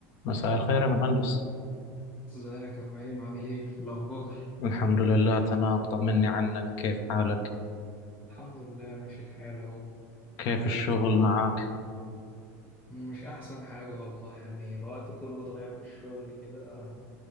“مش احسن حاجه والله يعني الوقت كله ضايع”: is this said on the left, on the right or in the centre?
Left